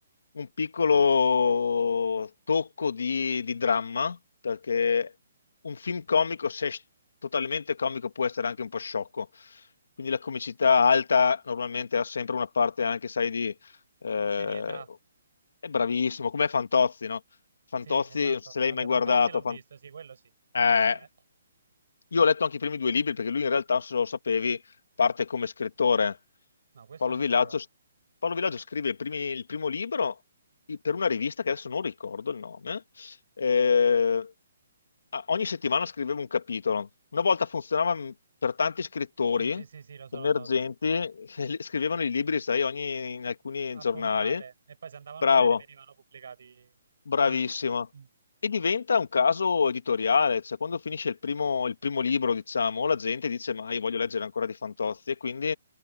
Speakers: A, on the left; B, on the right.
A: un piccolo tocco di, di dramma, perché un film comico, se è totalmente comico, può essere anche un po' sciocco. Quindi la comicità alta normalmente ha sempre una parte anche, sai, di... eh,
B: di serietà.
A: è bravissimo, come Fantozzi, no? Fantozzi,
B: Sì, esatto.
A: non so se l'hai
B: Vabbè,
A: mai guardato,
B: Fantozzi l'ho
A: Fan-
B: visto, sì, quello sì, devo
A: eh,
B: essere onesto.
A: io ho letto anche i primi due libri perché lui in realtà, se lo sapevi, parte come scrittore.
B: No, questo
A: Paolo
B: non
A: Villaggio,
B: lo sapevo.
A: Paolo Villaggio scrive i primi- il primo libro i- per una rivista che adesso non ricordo il nome. Eh, a- ogni settimana scriveva un capitolo. Una volta funzionava mh, per tanti scrittori
B: Sì, sì, sì, sì, lo so,
A: emergenti,
B: lo so, lo so.
A: <laughs> che li- scrivevano i libri, sai, ogni- in alcuni
B: A
A: giornali.
B: puntate. E poi se andavano
A: Bravo.
B: bene venivano pubblicati
A: Bravissima.
B: come libro. Mm,
A: E diventa un caso editoriale, cioè quando finisce il primo, il primo libro, diciamo, la gente dice, ma io voglio leggere ancora di Fantozzi, e quindi